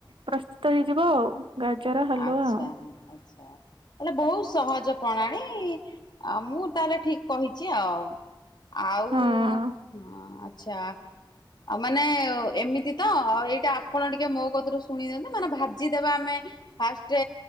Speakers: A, on the right; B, on the left.
A: ପ୍ରସ୍ତୁତ ହେଇଯିବ ଆଉ ଗାଜର ହାଲୁଆ
B: ଆଛା
A: ଆଉ।
B: ଆଛା । ତାହଲେ ବହୁତ ସହଜ ପ୍ରଣାଳୀ ମୁଁ ତାହେଲେ ଠିକ କହିଛି ଆଉ ଆଉ
A: ହଁ
B: ହ ଆଛା ଆଉ ମାନେ ଏମିତି ତ ଆଉ ଏଇଟା ଆପଣ ଟିକେ ମୋ କତିରୁ ଶୁଣି ଦିଅନ୍ତୁ ମାନେ ଭାଜିଦବା ଆମେ ଫାଷ୍ଟ